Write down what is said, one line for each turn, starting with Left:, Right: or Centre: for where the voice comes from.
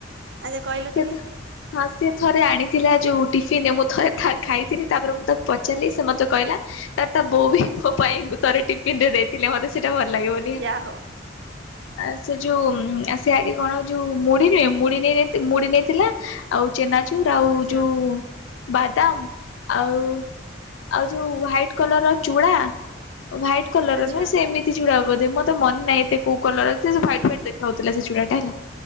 Right: ଆଜ୍ଞା କହିଲ
Left: ସେ
Right: ଟିକେ୍
Left: ତ ହଁ ସିଏ ଥରେ ଆଣିଥିଲା ଯୋଉ ଟିଫିିନ୍ ରେ ମୁଁ ଥରେ ଖାଇଥିଲି ତାପରେ ମୁଁ ତାକୁ ପଚାରି ଚାରିଲି ସେ ମତେ କହିଲା ତାର ତା ବୋଉ ବି ମୋ ପାଇଁ ଥରେ ଟିଫିନ୍ ରେ ଦେଇଥିଲେ ମତେ ସେଟା ଭଲ ଲାଗେ ବୋଲି ହେଲା
Right: ଯାହା ହଉ
Left: ଆ ସେ ଯୋଉ ସେ ଆଗେ କଣ ଯୋଉ ମୁଢିରେ ମୁଢି ନେଇ ମୁଢ଼ି ନେଇଥିଲା ଆଉ ଚେନାଚୁର୍ ଆଉ
Right: ଆଚ୍ଛା
Left: ଯୋଉ ବାଦାମ୍ ଆଉ ଆଉ ଯୋଉ ହ୍ଵାଇଟ୍ କଲର୍ ର ଚୁଡା ହ୍ବାଇଟ୍ କଲର
Right: ଆଚ୍ଛା
Left: ନୁହଁ ସେମିତି ଚୁଡା ବେଧେ ମତେ ମନେ ନାଇଁ ଏତେ କଉ କଲର ଏତେ ସେ ହ୍ୱାଇଟ ହ୍ୱାଇଟ୍ ଦେ ଖାଉଥିଲା ସେ ଚୁଡାଟା ହେଲା